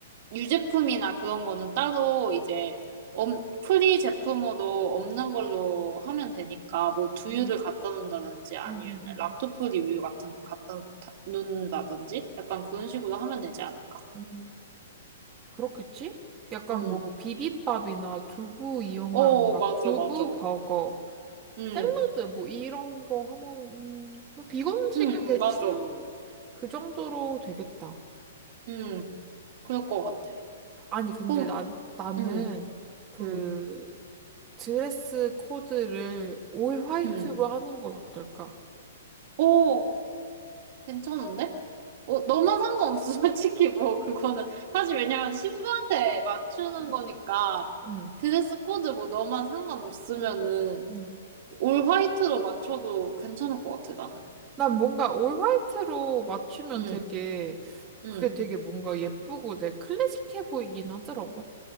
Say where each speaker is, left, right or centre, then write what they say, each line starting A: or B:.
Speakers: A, on the right (about 50°); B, on the right (about 25°).
A: 유제품이나 그런 거는 따로 이제 엄, 프리 제품으로 없는 걸로 하면 되니까 뭐 두유를
B: 음,
A: 갖다 놓는다든지 아니면
B: 음, 음, 음,
A: 락토프리
B: 음,
A: 우유 같은 거 갖다 놓는다든지 약간 그런 식으로 하면 되지 않을까?
B: 음. 그렇겠지? 약간
A: 음.
B: 뭐 비빔밥이나 두부 이용한
A: 어,
B: 막
A: 맞아,
B: 두부
A: 맞아.
B: 버거,
A: 응,
B: 샐러드 뭐 이런 거 하면, 음, 뭐 비건 음식은
A: 응,
B: 대충
A: 맞아.
B: 그 정도로 되겠다.
A: 응, 그럴 것 같아.
B: 아니, 근데
A: 그럼,
B: 난, 나는
A: 응,
B: 그
A: 응,
B: 드레스 코드를 올 화이트로
A: 응.
B: 하는 건 어떨까?
A: 오, 괜찮은데? 어, 너만 상관없어. <laughs> 솔직히 뭐, 그거는. 사실 왜냐면 신부한테 맞추는 거니까
B: 응,
A: 드레스 코드 뭐 너만 상관없으면은
B: 응.
A: 올 화이트로 맞춰도 괜찮을 것 같아, 나는.
B: 난 뭔가 올 화이트로 맞추면
A: 응,
B: 되게,
A: 응,
B: 그게 되게 뭔가 예쁘고 내 클래식해 보이긴 하더라고.